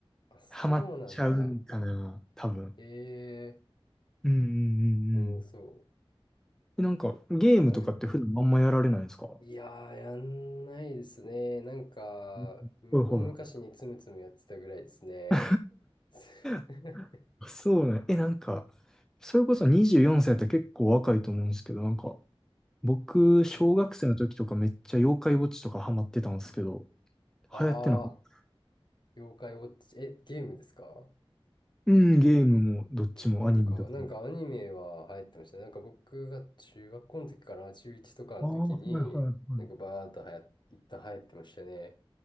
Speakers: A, on the left; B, in the centre.
A: あ、そうなんだ。
B: ハマっちゃうんかな、多分。
A: ええ
B: うんうんうんう
A: ー、もうそ
B: ん。で、なんかゲームとかって普段あんまやられないんですか
A: う。はい。いやー、やんないですね。なんか、
B: うんはいは
A: む大昔につむつむやってたぐらいですね。
B: い。
A: <laughs>
B: <laughs> そうね。え、なんか、それこそ24歳って結構若いと思うんですけど、なんか、僕、小学生の時とかめっちゃ妖怪ウォッチとかハマってたんですけど、
A: うん。ああ、
B: 流行ってなかった。
A: 妖怪ウォッチ、え、ゲームですか
B: うん、ゲームもどっちもアニメだと思う。
A: ゲームか。なんかアニメは流行ってましたね。なんか僕が中学校の時かな、中1とかの時に、
B: ああ、はいは
A: なんかバーっと流行、一旦流行ってましたね。